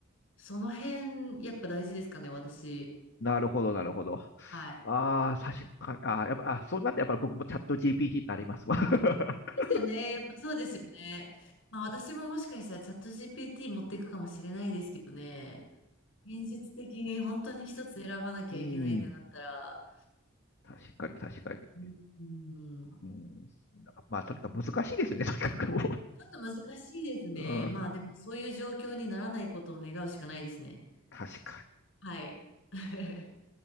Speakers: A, on the left (about 75°); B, on the left (about 60°).
A: その辺、やっぱ大事ですかね、私。
B: なるほど、なるほど。あ
A: はい
B: あ、確かに。ああ、やっぱ、あ、そうなってやっぱり僕もチャット GPT になりますわ。<laughs>
A: ですよね。やっぱそうですよね。まあ私ももしかしたらチャット GPT 持っていくかもしれないですけどね。現実的に本当に一つ選ばなきゃいけないってなったら、
B: うん。確かに、確かに。
A: うん、ちょ
B: うん。まあ、とにかく難しいですね、とにかくも
A: っと難しいですね。
B: う。うん。
A: まあでもそういう状況にならないことを願うしかないですね。
B: 確かに。
A: はい。<laughs>